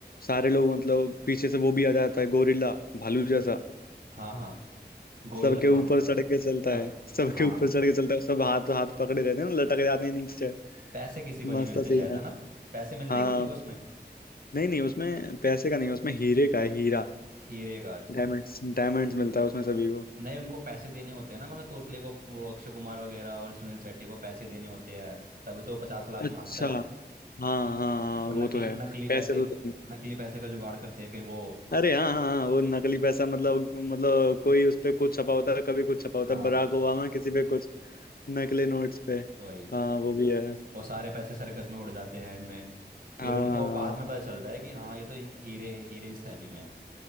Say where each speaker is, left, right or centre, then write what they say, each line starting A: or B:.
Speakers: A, on the left; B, on the right.
A: सारे लोग मतलब पीछे से वो भी आ जाता है गोरिल्ला भालू जैसा
B: हाँ हाँ गोरिल्ला
A: सबके
B: भाग
A: ऊपर चढ़ के चलता
B: सा-
A: है सबके
B: हाँ
A: ऊपर चढ़ के चलता है सब हाथ हाथ पकड़े रहते हैं ना लटक जाते हैं नीचे
B: पैसे किसी को नहीं
A: मस्त
B: मिलते
A: सीन
B: शायद
A: है
B: है ना पैसे मिलते
A: हाँ
B: हैं किसी को उसमें
A: नहीं नहीं उसमें पैसे का नहीं उसमें हीरे का है हीरा
B: हीरे गाज
A: डायमंड्स डायमंड्स मिलता है उसमें सभी को
B: नहीं उनको पैसे देने होते हैं ना मगर तोतले को वो अक्षय कुमार वगैरह और सुनील शेट्टी को पैसे देने होते हैं तभी तो वो पचास लाख
A: अच्छा
B: मांगता
A: हाँ
B: है
A: हाँ हाँ
B: वो नकली
A: वो तो है
B: नकली पैसे
A: पैसे तो देने-
B: नकली पैसे का जुगाड़ करते हैं फिर वो
A: अरे हाँ हाँ हाँ, वो नकली पैसा मतलब मतलब कोई उस पे कुछ छपा होता है कभी कुछ छपा होता
B: हाँ
A: है बराक ओबामा किसी पे कुछ नकली नोट्स पे
B: वही
A: हाँ वो भी है
B: वो सारे पैसे सर्कस में उड़ जाते हैं एंड में फिर
A: हाँ
B: उनको बाद में पता चलता है कि हाँ ये तो ही- हीरे हीरे इस थैली में है।